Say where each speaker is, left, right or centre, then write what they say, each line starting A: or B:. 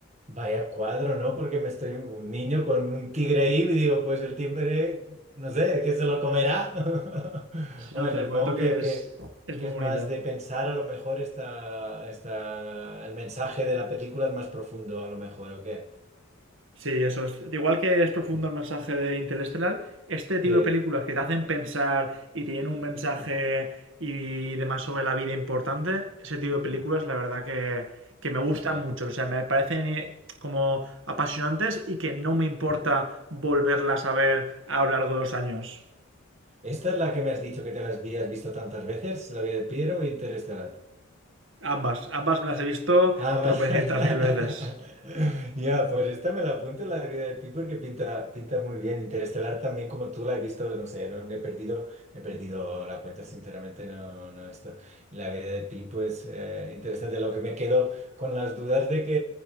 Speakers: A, on the right (about 30°); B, on the right (about 60°).
A: vaya cuadro, ¿no? Porque me estoy un niño con un tigre ahí y digo, pues el tigre, no sé, ¿qué se lo comerá? <laughs>
B: Sí,
A: Bueno,
B: no, te
A: supongo
B: prometo que
A: que, que,
B: es, Es
A: que
B: muy
A: es
B: bonita.
A: más de pensar, a lo mejor está, está el mensaje de la película es más profundo, a lo mejor, ¿o qué?
B: Sí, eso es. Igual que es profundo el mensaje de Interestelar, este tipo
A: Sí.
B: de películas que te hacen pensar y tienen un mensaje y demás sobre la vida importante, ese tipo de películas,
A: Mm,
B: la verdad que, que me gustan
A: Sí.
B: mucho. O sea, me parecen eh, como apasionantes y que no me importa volverlas a ver a lo largo de los años.
A: ¿Esta es la que me has dicho que te la habías visto tantas veces? ¿La vida de Piero o Interestelar?
B: Ambas, ambas me las he visto
A: Ah, más.
B: tropecientas
A: <laughs>
B: mil veces.
A: Ya, pues esta me la apunto, la de vida de Pi, porque pinta, pinta muy bien. Interestelar también, como tú la he visto, no sé, no no he perdido, he perdido la cuenta, sinceramente, no, no esto. La vida de Pi, pues eh, interesante. Lo que me quedo con las dudas de que,